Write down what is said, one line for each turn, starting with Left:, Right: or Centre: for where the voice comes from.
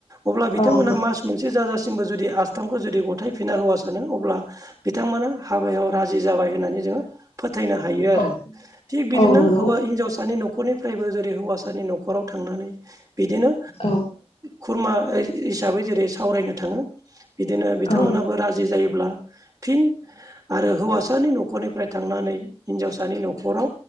Right: अब्ला बिथांमोनहा
Left: औ नंगौ
Right: मास मोनसे जाजासिमबो जुदि आसथामखौ जुदि गथायफिना होवासानो अब्ला बिथांमोना हाबायाव राजि जाबाय होननानै जोङो फोथायनो हायो आरो
Left: औ
Right: थिग बिदिनो
Left: औ नंगौ
Right: हौवा हिनजावसानि न'खर न'खरनिफ्रायबो जेरै हौवासानि न'खराव थांनानै बिदिनो
Left: औ
Right: खुरमा हिसाबै जेरै सावरायनो थाङो बिदिनो बिथांमोनाबो
Left: औ
Right: राजि जायोब्ला फिन आरो हौवासानि न'खरनिफ्राय थांनानै हिनजावस न'राव